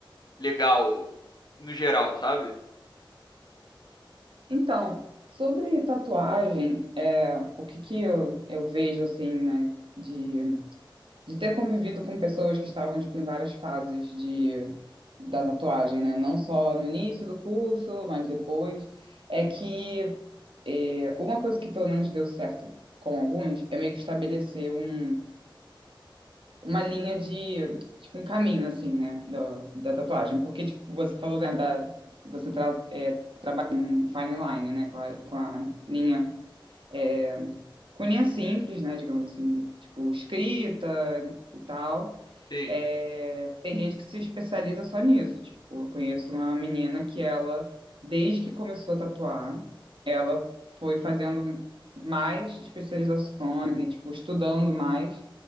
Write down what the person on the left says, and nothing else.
legal no geral, sabe?
Sim.